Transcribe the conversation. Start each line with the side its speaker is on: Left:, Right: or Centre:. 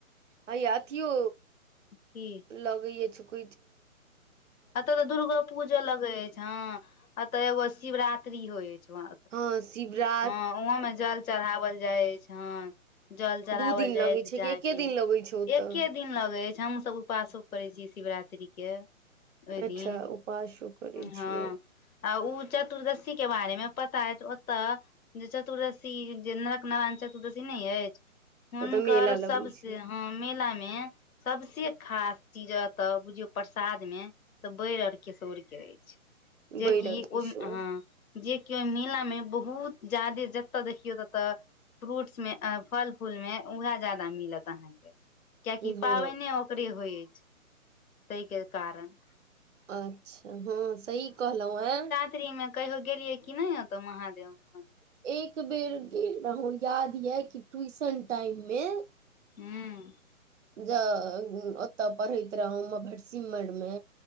Right: हैया अथीयो
Left: की
Right: लगैछ छुक
Left: एतय तऽ दुर्गो पूजा लगे अछि हँ एतय एगो शिवरात्रि होय अछि व
Right: हँ शिवरा
Left: हँ ओहोमे जल चढ़ाओल जाइ अछि हँ जल चरावल
Right: दू दिन
Left: जायत
Right: लगै छै
Left: जा
Right: कि एके
Left: के
Right: दिन लगै छै ओतऽ
Left: एके दिन लगै हमसभ उपवासो करे छीयै शिवरात्रि के ओहि
Right: अच्छा
Left: दिन
Right: उपासो करै
Left: हँ
Right: छियै
Left: आ ओ चतुर्दशी के बारे मे पता अछि ओतऽ जे चतुर्दशी जे नरक <unintelligible> चतुर्दशी नहि अछि हुनकर
Right: ओतऽ मेला
Left: सबसे
Right: लगै छै
Left: हँ मेलामे सबसे खास चीज अ तऽ बुझियौ प्रसाद मे तऽ बैर आर किशोर के अछि जेकि
Right: बैर आर के
Left: ओहि
Right: शो
Left: अ जे केओ ओहि मेला मे बहुत जादे जतय देखियौ ततऽ फ्रूट्स मे फल फूल मे उएह जादा मिलत अहाँके कियाकि
Right: हँ
Left: पाबनि ओकरे होइ अछि ताहि के कारण
Right: अच्छा हँ सही कहलहुँ हैं
Left: <unintelligible> मे कहियो गेलियै की नहि ते महादेव कन
Right: एक बेर गेल रहौ याद यै कि ट्यूशन टाइम मे
Left: हँ
Right: ज ओतय पढ़ैत रहौ भटसिमैरमे